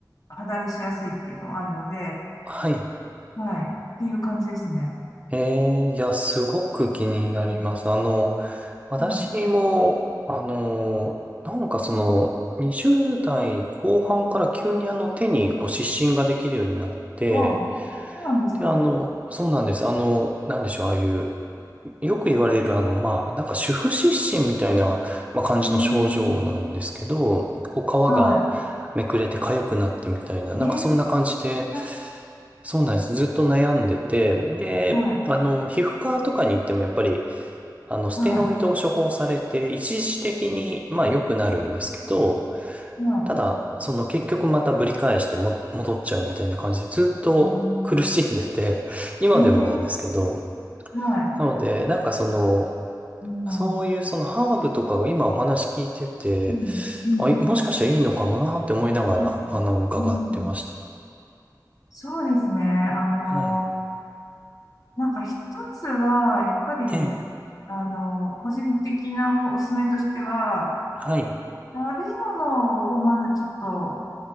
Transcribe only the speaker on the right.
はい。
ええ、いや、すごく気になります。
あの、私も、
あの、なんかその、20代後半から急にあの手にこう湿疹ができるようになって、
で、あの、そうなんです。あの、なんでしょう、ああいう、よく言われる、あの、まあ、なんか主婦失神みたいな、まあ、感じの症状なんですけど、
こう、皮がめくれて痒くなってみたいな、
なんかそんな感じで、
そうなんです。ずっと悩んでて、で、
あの、皮膚科とかに行ってもやっぱり、あの、ステロイドを処方されて、
一時的に、まあ、良くなるんですけど、
ただ、その結局またぶり返しても戻っちゃうみたいな感じでずっと苦しんでて、
<laughs> 今でもなんですけど、
なので、なんかその、
そういうそのハーブとかが今お話聞いてて、
あ、いもしかしたらいいのかもなって思いながら、
あの、伺ってました。
はい。
ええ、
はい。